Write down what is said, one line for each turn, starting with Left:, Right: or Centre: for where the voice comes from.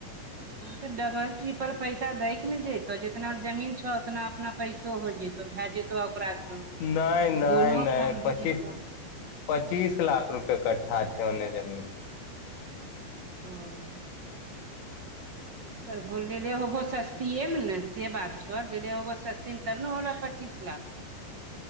Right: तऽ डबल ट्रिपल पैसा दै के न जयतो जितना जमीन छौ उतना अपना पैसो हो जतौ भए जेतो तऽ ओकार सॅं
Left: नहि नहि
Right: दुनो
Left: नहि
Right: काम हो
Left: पच्चीस
Right: जेतो
Left: पच्चीस लाख रुपए कठ्ठा छैलै जमीन
Right: ओ करबो लेऽ ले होबहो सस्तिय मे न से बात छौे ले ले होबहो सस्तिमे तब नऽ होलो पच्चीस लाख